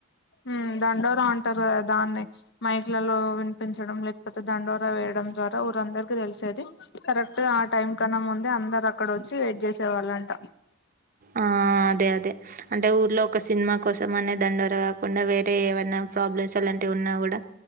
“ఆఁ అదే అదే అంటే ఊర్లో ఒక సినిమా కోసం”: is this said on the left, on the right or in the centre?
Right